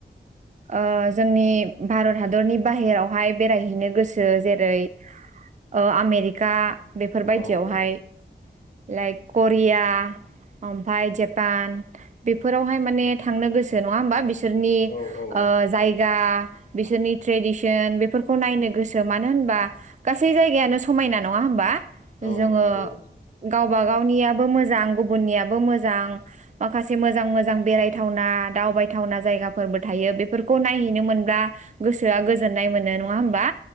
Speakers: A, on the right; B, on the left.
A: ओ जोंनि भारत हादरनि बाहेरावहाय बेरायहैनो गोसो जेरै ओ आमेरिका। बेफोरबायदियावहाय
B: औ औ
A: । लाइक करिया ओमफ्राय जापान बेफोरावहाय माने थांनो गोसो नङा होमबा बि सोरनि
B: औ औ
A: ओ जाय गा बिसोरनि ट्रेडिसन बेफोरखौ नायनो गोसो मानो होनबा गासै जायगायानो समायना नङा होनबा?
B: औ
A: जोङो
B: नंगौ
A: गाव बागावनियाबो मोजां गुबुननियाबो मोजां माखासे मोजां मोजां बेरायथावना दावबायथावना जायगाफोरबो थायो बेफोरखौ नायहैनो मोनब्ला गोसोआ गोजोननाय मोनो नङा होमबा?